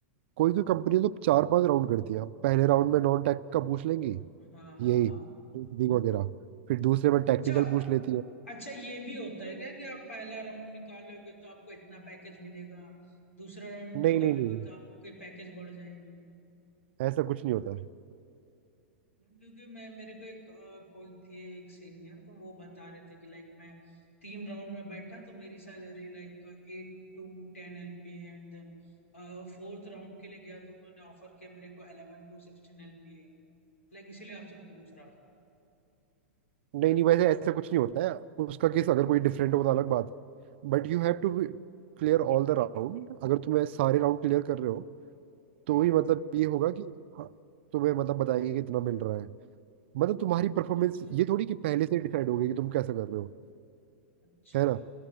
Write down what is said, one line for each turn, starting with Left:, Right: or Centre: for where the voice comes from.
Right: कोई कोई कंपनी तो चार पांच राउंड करती है पहले राउंड में नॉन टेक का पूछ लेंगी
Left: हाँ हाँ
Right: यही
Left: हाँ
Right: coding वगैरह फिर दूसरे में टेक्निकल
Left: अच्छा
Right: पूछ लेती है
Left: अच्छा ये भी होता है क्या कि आप पहला राउंड निकालोगे तो आपको इतना पैकेज मिलेगा दूसरा राउंड
Right: नहीं
Left: निकालोगे
Right: नहीं नहीं नहीं,
Left: तो आपके पैकेज बढ़ जाएंगे
Right: ऐसा कुछ नहीं होता है।
Left: क्योंकि मैं मेरे को एक अ, कोई थे एक सीनियर तो वो बता रहे थे कि लाइक मैं तीन राउंड में बैठा तो मेरी salary like eight to ten LP and then fourth round के लिए गया तो उन्होंने ऑफर किया मेरे को eleven to sixteen LP Like इसीलिए आपसे पूछ रहा था
Right: नहीं नहीं वैसे ऐसा कुछ नहीं होता है उसका केस अगर कोई डिफरेंट हो तो अलग बात but you have to clear all the round अगर तुम्हें सारे राउंड क्लियर कर रहे हो तो
Left: हम्म
Right: ही
Left: हम्म,
Right: मतलब ये होगा कि हाँ तुम्हें मतलब बताएंगे कि इतना मिल रहा है मतलब तुम्हारी परफॉर्मेंस
Left: अच्छा
Right: ये थोड़ी कि पहले से डिसाइड हो गई कि तुम कैसे कर रहे हो
Left: अच्छा
Right: है ना